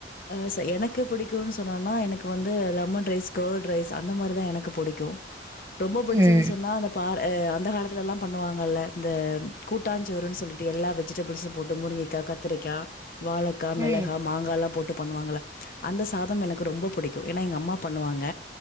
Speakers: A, on the left; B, on the right.
A: ஆ சை எனக்கு புடிக்குன்னு சொன்னோனா எனக்கு வந்து லெமன் ரைஸ் கர்டு ரைஸ் அந்த மாரிதா எனக்கு புடிக்கு
B: <inaudible>
A: ரொம்ப புடிச்சது
B: ம்
A: சொன்னா அந்த பா ஆ அந்த காலத்துலெல்லா பண்ணுவாங்கல்ல இந்த கூட்டாஞ்சோறுனு சொல்லிட்டு எல்லா வெஜிடபிள்ஸ்ம் போட்டு முருங்கக்கா கத் திரிக்கா, வாழைக்கா மிளகா
B: ம்
A: மாங்காலா போட்டு பண்ணுவாங்கள அந்த சாதம் எனக்கு ரொம்ப புடிக்கும் ஏன்னா எங்க அம்மா பண்ணுவாங்க